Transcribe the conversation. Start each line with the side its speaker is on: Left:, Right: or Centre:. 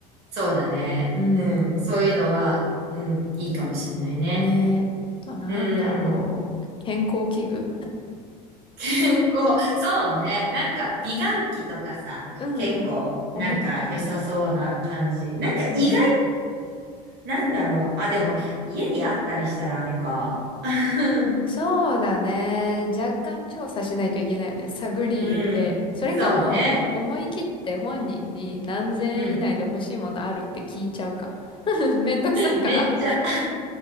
Right: そうだね。
Left: うん。
Right: うん、そういうのは、うん、いいかもしんないね。
Left: ねえ。あとはなんだろう。
Right: うん。
Left: 健康器具
Right: 健康。そうね。なんか、美顔器とかさ、
Left: うんうん。
Right: 結構、
Left: 思った。
Right: なんか良さそうな感じ。なんか意外と、
Left: うん。
Right: なんだろう。あ、でも、家にあったりしたらあれか。<laughs>
Left: そうだね。若干調査しないといけないよね。探り入れて。
Right: うん。
Left: それかもう思い切って本人に何千円以内で欲しいものあるって聞いちゃうか。
Right: そうね。うん。
Left: <laughs> めんどくさいから。
Right: めっちゃ